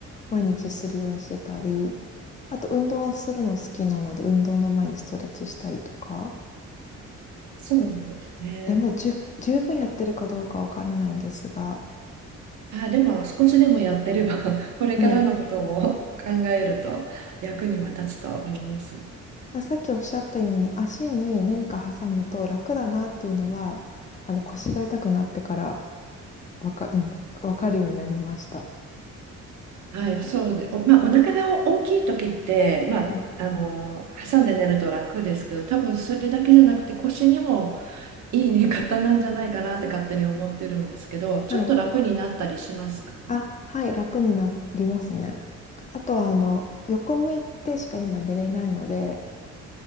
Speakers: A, on the left; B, on the right.
A: 毎日するようにしてたり、あと、運動はするの好きなので、運動の前にストレッチしたりとか。
B: そうですね。
A: でも、でもじゅ、十分やってるかどうかわからないんですが、
B: あでも少しでもやってれば <laughs> これからのことを考えると役には立つと思います。
A: はい。あさっきおっしゃったように、足に何か挟むと楽だなっていうのは、あの、腰が痛くなってからわか、うん、わかるようになりました。
B: はい、そうで、お、まあ、お腹が大きい時って、まあ、
A: はい。
B: あの挟んで寝ると楽ですけど、多分それだけじゃなくて腰にもいい寝方なんじゃないかなって勝手に思ってるんですけど、
A: はい。
B: ちょっと楽になったりしますか
A: あ、はい、楽になりますね。あとは、あの、横向いてしか今寝れないので、